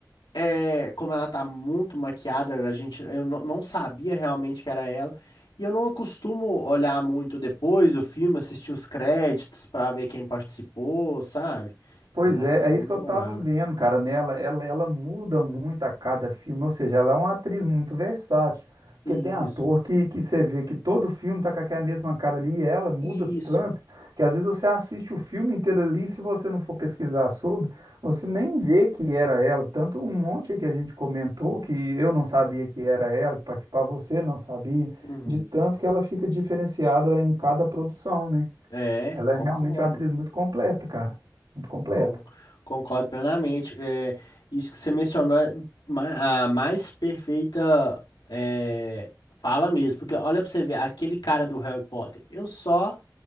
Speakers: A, on the left (about 80°); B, on the right (about 80°).
A: é, como ela tá muito maquiada, a gente, eu não não sabia realmente que era ela. E eu não costumo olhar muito depois do filme, assistir os créditos pra ver quem participou, sabe?
B: Pois
A: Eu não,
B: é,
A: não
B: é isso
A: dou
B: que eu
A: uma
B: tava
A: olhada.
B: vendo, cara, nela. Ela, ela muda muito a cada filme, ou seja, ela é uma atriz muito versátil.
A: Isso,
B: Porque tem ator que, que você vê que todo filme tá com aquela mesma cara ali e ela muda
A: isso.
B: tanto que às vezes você assiste o filme inteiro ali e se você não for pesquisar sobre, você nem vê que era ela. Tanto um monte que a gente comentou que eu não sabia que era ela, que participava, você não sabia,
A: Uhum.
B: de tanto que ela fica diferenciada em cada produção, né?
A: É,
B: Ela
A: concordo.
B: é realmente uma atriz muito completa, cara. Muito completa.
A: Con- concordo plenamente. É, isso que você mencionou é ma- a mais perfeita é, fala mesmo. Porque olha pra você ver, aquele cara do Harry Potter, eu só